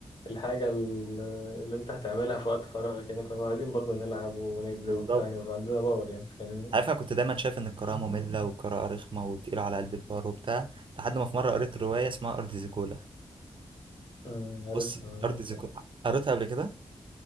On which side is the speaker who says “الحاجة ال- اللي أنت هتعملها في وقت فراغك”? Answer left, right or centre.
Left